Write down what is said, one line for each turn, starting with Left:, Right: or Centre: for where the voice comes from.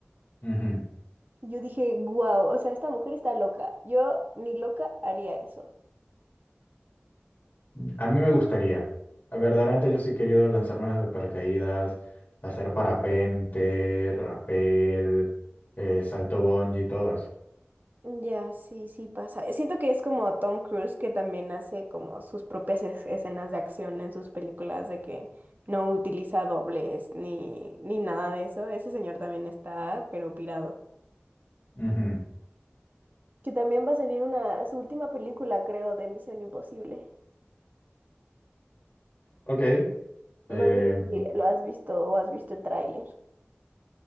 Left: Ujú.
Right: Y yo dije, wow, o sea, esta mujer está loca. Yo ni loca haría eso.
Left: A mí me gustaría. Ah, Verdaderamente yo sí he querido lanzarme desde paracaídas, hacer parapente, rapel, eh, salto bungee, todo eso.
Right: Ya, sí, sí pasa. Eh, Siento que es como Tom Cruise que también hace como sus propias es- escenas de acción en sus películas de que no utiliza dobles ni, ni nada de eso. Ese señor también está, pero pirado.
Left: Ujú.
Right: Que también va a salir una, su última película, creo, de Misión Imposible.
Left: Ok. Eh,
Right: No sé si lo has visto o has visto el tráiler.